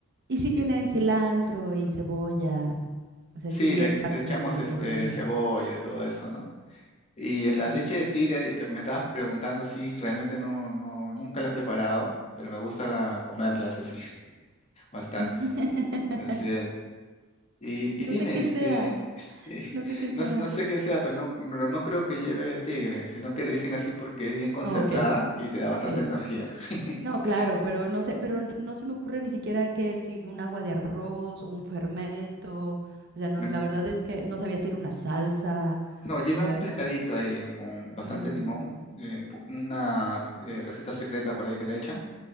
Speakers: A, on the right; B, on the left.
A: Y si
B: Y-
A: tienen cilantro y cebolla, o sea,
B: sí,
A: sí
B: le,
A: es parte
B: le echamos
A: de su gastronomía.
B: este cebolla, todo eso, ¿no? Y la
A: Mm.
B: leche de tigre, lo que me estabas preguntando, sí, realmente no, no, nunca la he preparado, pero me gusta comerla, es así, <laughs> bastante.
A: <laughs>
B: Así es. Y, y
A: No
B: dime,
A: sé qué
B: este,
A: sea,
B: <laughs> sí,
A: no sé qué sea.
B: no, s- no sé qué sea, pero no, pero no creo que lleve tigre, sino que le dicen así porque es bien concentrada
A: Ah, ok,
B: y te da bastante
A: sí.
B: energía. <laughs>
A: No, claro, pero no sé, pero no se me ocurre ni siquiera que si un agua de arroz o un fermento, o sea, no,
B: Me-
A: la verdad es que no sabía si era una salsa,
B: No, lleva
A: o sea,
B: un pescadito ahí con bastante
A: mm,
B: limón, eh, un po- una eh, receta secreta por ahí que le echan,